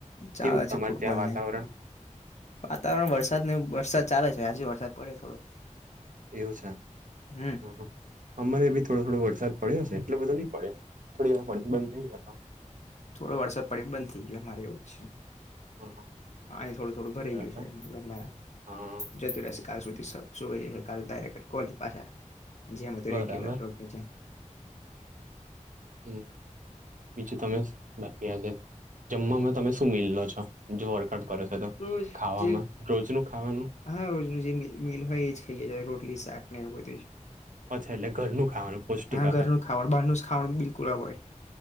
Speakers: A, on the left; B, on the right.
A: ચાલે
B: કેવું તમાર
A: છે ફૂટબોલ
B: ત્યાં વાતાવરણ.
A: ને વાતાવરણ વરસાદ ને વરસાદ ચાલે છે આજે વરસાદ પડયો થોડો.
B: એવું છે
A: હમ
B: હ. અમને બી થોડો થોડો વરસાદ પડ્યો છે એટલો બધો નહી પડ્યો થોડી વાર પડ્યો બંધ થઈ ગ્યોતો.
A: થોડો વરસાદ પડી બંધ થઈ ગયો અમારે એવું છે
B: હમ
A: પાણી થોડું થોડું ભરાઈ
B: બરાબર
A: ગયું છે. <unintelligible>
B: હા
A: જતું રહેશે કાલ સુધી સુઈ જશ કાલ ડાયરેક કોલેજ પાછા. જી હ તો રેગ્યુલર
B: બરાબર
A: પ્રવુતિ છે
B: હમ્મ બીજું તમે બાકી આવ છે જમમાં તમે શું મી લો છો જો વર્કઆઉટ છે તો
A: રોજ
B: ખાવામાં
A: જે
B: રોજ નું ખાવાનું.
A: હા રોજનું જે મિલ હોય એ જ ખાઈએ જ રોટલી શાક ને એવું બધું.
B: અચ્છા એટલે ઘરનું ખાવાનું પૌષ્ટિક
A: હા
B: આહાર
A: ઘરનું ખાવાનું બહાર નું ખાવાનું બિલકુલ એવોઇડ.